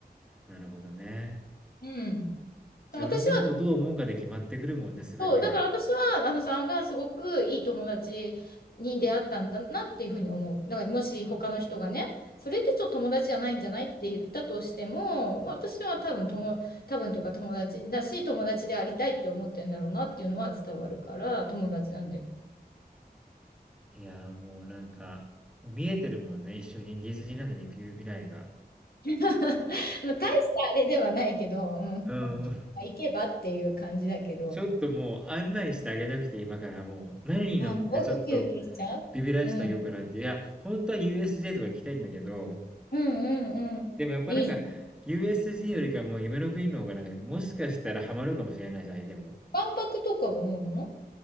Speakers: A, in the centre; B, on the left (about 65°).
A: なるほどね。
B: うん。
A: 自分がもうどう思うかで決まってくるもんね、
B: 私は、
A: すべてが。
B: そう、だから私は、あのさんがすごくいい友達に出会ったんだなっていうふうに思う。だからもし他の人がね、それってちょっと友達じゃないんじゃないって言ったとしても、私は多分友、多分というか友達だし、友達でありたいって思ってるんだろうなっていうのは伝わるから、友達なんだよ。
A: いやー、もうなんか、もう見えてるもんね、一緒にディズニーランドに行く未来が。
B: <laughs> まあ、大したあれではないけど、うん、
A: うーん。
B: まあ行けばっていう感じだけど、
A: ちょっともう案内してあげたくて、今からもう、何に乗ってちょっと
B: あ、もうウキウキしちゃううん。
A: ビビらしてあげようかなっていや、本当は USJ とか行きたいんだけど、
B: うんうんうん。
A: でもやっぱなんか、
B: いいじゃん。
A: USJ よりかもう夢の国の方がなんか、もしかしたらハマるかもしれないじゃん、相手も。
B: 万博とかはどうなの